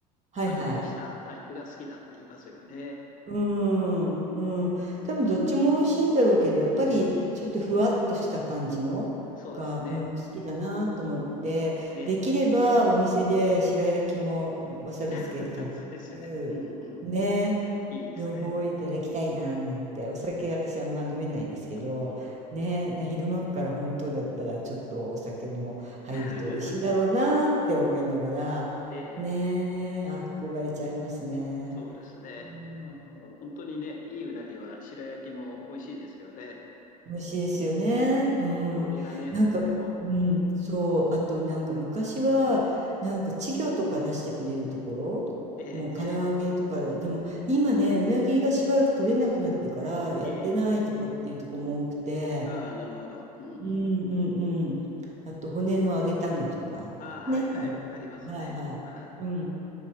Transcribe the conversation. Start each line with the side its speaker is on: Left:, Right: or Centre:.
Right: はいはい。
Left: バリッとしたタイプが好きだって言いますよね。
Right: うーん。うん。多分どっちも美味しいんだろうけど、やっぱりちょっとふわっとした感じのが、
Left: うん。そうですね。
Right: うん、好きだなと思って、
Left: ね
Right: できればお店で白焼きもわさびつけて食べるね
Left: え。<laughs> そうですね。うんうんうん。いいですね。
Right: 両方いただきたいななんてお酒私あんま飲めないんですけどねな昼間から本当だったらちょっとお酒も入ると美味しいだろうなって思いながらね憧れちゃいますね。
Left: うんうん。<laughs> ええ。そうですね。
Right: うん
Left: あの、本当にね、いいうなぎは白焼きも美味しいですよね。
Right: 美味しいですよね。
Left: うん。
Right: うん。
Left: 香りがね、
Right: なんか、
Left: とても。
Right: うん、そう。あと、なんか昔は、なんか稚魚とか出してくれるところ、
Left: ええ、
Right: もう唐揚げとか、でも今ね、うなぎがしばらく取れなくなってからやってないとかっていうとこも多くて、
Left: ええ、ええ。ああ、なるほど。うんうん。
Right: うんうんうん。あと、骨の揚げたのとか、
Left: ああ、はいはい。
Right: ね。あ
Left: ありますね。
Right: はいはい。
Left: はい。
Right: うん。